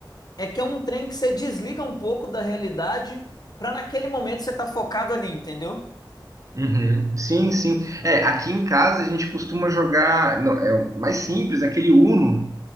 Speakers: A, on the left; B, on the right.
A: é que é um trem que você desliga um pouco da realidade para naquele momento você tá focado ali, entendeu?
B: Uhum. Sim, sim. É, aqui em casa a gente costuma jogar, não, é o mais simples, aquele Uno.